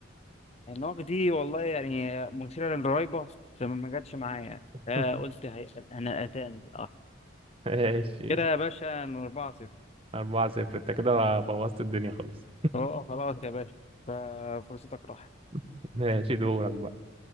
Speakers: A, on the left; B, on the right.
A: النوك دي والله يعني مثيرة للريبة بس ما ما جاتش معايا
B: <laughs>
A: آه قلت هي... أنا أتان أه
B: ماشي
A: كده يا باشا إن 4 0
B: أربعة صفر أنت كده بوظت الدنيا خالص
A: أه أه، خلاص يا باشا ففرصتك راحت
B: <laughs> ماشي دورك بقى